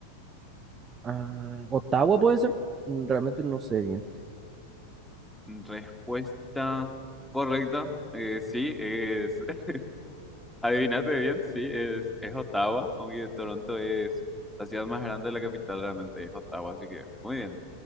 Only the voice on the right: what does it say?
ah, Ottawa puede ser. Mm, Realmente no sé bien.